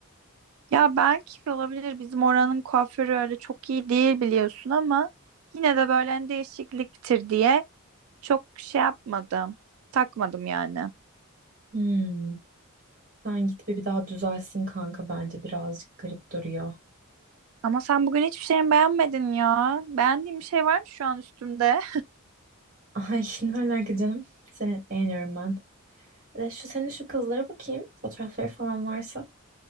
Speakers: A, on the right (about 75°); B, on the right (about 40°).
A: Ya belki olabilir. Bizim oranın kuaförü öyle çok iyi değil biliyorsun ama yine de böyle hani değişikliktir diye çok şey yapmadım. Takmadım yani.
B: Hmm, sen git bir, bir daha düzelsin kanka bence birazcık garip duruyor.
A: Ama sen bugün hiçbir şeyimi beğenmedin ya. Beğendiğim bir şey var mı şu an üstümde?
B: <laughs> Ay ne alaka canım. Seni beğeniyorum ben. E, şu senin şu kızlara bakayım. Fotoğrafları falan varsa.